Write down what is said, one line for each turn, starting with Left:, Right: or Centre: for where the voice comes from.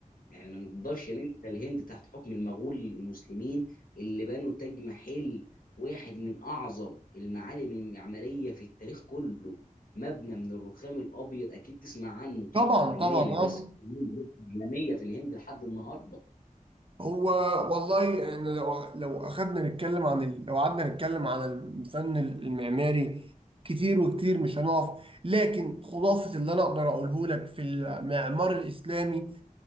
Left: يعني ما نقدرش ننسى الهند تحت حكم المغول المسلمين اللي بنوا تاج محل واحد من اعظم المعالم المعماريه في التاريخ كله مبنى من الرخام الابيض اكيد تسمع عنه تحفه
Right: طبعا
Left: فنيه
Right: طبعا
Left: مش بس
Right: اه
Left: عالميه في الهند لحد النهارده
Right: هو والله احنا لو لو اخدنا نتكلم عن ال... لو قعدنا نتكلم عن الفن المعماري كتير وكتير مش هنقف لكن خلاصة اللي انا اقدر اقوله لك في المعمار الاسلامي